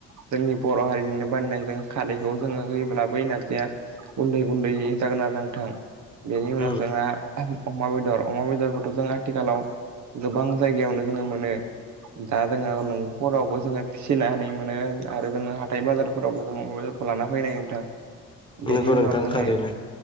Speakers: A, on the right; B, on the left.
A: जोंनि बर हारिनि बिनो बानायनाय जोङो खारैखौ जोङो होयोब्लाबो नारजिया गुन्दै गुन्दै जागोन आरो नोंथां। बेनि उनाव
B: उम
A: जोंहा अमा बेदर अमा बेदरखौथ' जों आथिखालाव। गोबां जायगायावनो जोङो मोनो। दा जोङो नोंखरावबो जोङो फिसि मोनो आरो जोङो हाथाय बाजारफोरावबो जोङो। मबाइल लाना फैनाय नोंथां बेनि
B: नंगौ नोंथां
A: उनाव जोङो।
B: थारैनो